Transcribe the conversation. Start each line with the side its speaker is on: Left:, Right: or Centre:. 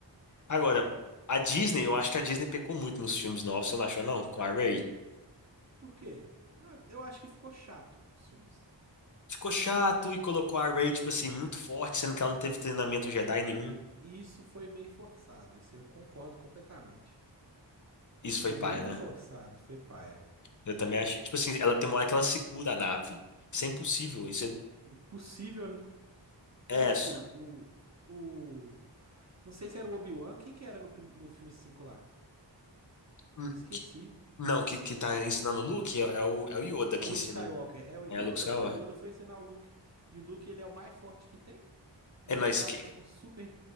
Left: Agora, a Disney,
Right: Hum.
Left: eu acho que a Disney pecou muito nos filmes novos, você não achou, não? Com a Rey.
Right: Por quê? Ah, eu acho que ficou chato os filmes.
Left: Ficou chato e colocou a Rey, tipo assim, muito forte, sendo que ela não teve treinamento Jedi nenhum.
Right: E isso foi meio forçado. Isso aí eu concordo completamente.
Left: Isso
Right: Foi
Left: foi paia,
Right: muito
Left: né?
Right: forçado. Foi paia.
Left: Eu também achei. Tipo assim, ela tem uma hora que ela segura a nave. Isso é impossível. Isso é.
Right: Impossível,
Left: é-
Right: né? Tipo, o. O. Não sei se era o Obi-Wan. Quem que era no, prim- no filme 5 lá?
Left: Hum,
Right: Eu esqueci.
Left: Não, que, que tá ensinando o Luke é, é o, é o Yoda
Right: É
Left: que
Right: o Luke
Left: ensina.
Right: Skywalker,
Left: o-
Right: é o Yoda,
Left: É o Luke Skywalker.
Right: pô. O Yoda foi ensinar o Luke. E o Luke, ele é o mais forte que tem. E
Left: É,
Right: ele
Left: mas
Right: tava,
Left: que.
Right: tipo, super